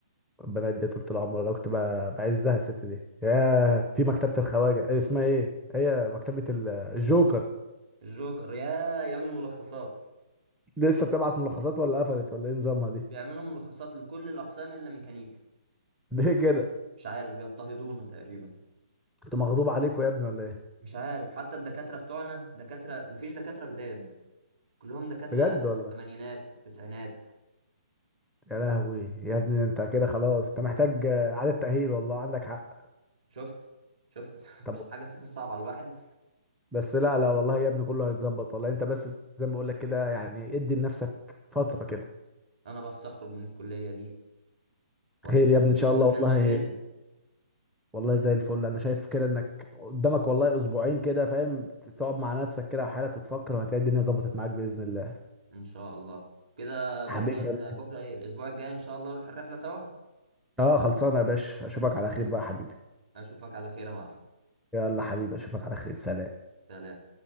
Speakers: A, in the centre; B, on the right.
A: البنات دي طول العمر انا كنت ب- بعزها الست دي ياه في مكتبه الخواجه إيه اسمها ايه هي مكتبه ال- الجوكر
B: الجوكر يا ايام الملخصات
A: لسه بتبعت ملخصات ولا قفلت ولا ايه نظامها دي
B: بيعملوا ملخصات لكل الاقسام الا ميكانيكا
A: <laughs> ليه كده
B: مش عارف بيضطهدونا تقريبا
A: كنت مغضوب عليكوا يا ابني ولا ايه
B: مش عارف حتى الدكاترة بتوعنا دكاترة مفيش دكاترة جداد كلهم دكاترة
A: بجد والله
B: في الثمانينات في التسعينات
A: يا لهوي يا ابني انت كده خلاص انت محتاج آه، اعاده تاهيل والله عندك حق
B: شفت شفت <laughs>
A: طب
B: مش حاجة تحس صعبة على الواحد
A: بس لا لا والله يا ابني كله هيتظبط والله انت بس زي ما بقول لك كده يعني ادي لنفسك فترة كده
B: أنا بس أخرج من الكلية دي وهتشوفني
A: خير يا ابني ان شاء
B: في
A: الله
B: مكان
A: والله
B: تاني
A: والله زي الفل انا شايف كده انك قدامك والله اسبوعين كده فاهم تقعد مع نفسك كده وحالك وتفكر وهتلاقي الدنيا ظبطت معاك باذن الله يا
B: إن شاء الله كده بكرة
A: حبيبي
B: آه، بكرة إيه الأسبوع الجاي إن شاء الله نروح الرحلة سوا
A: اه خلصانه يا باشا اشوفك على خير بقى يا حبيبي
B: أشوفك على خير يا معلم
A: يلا حبيبي اشوفك على خير سلام
B: سلام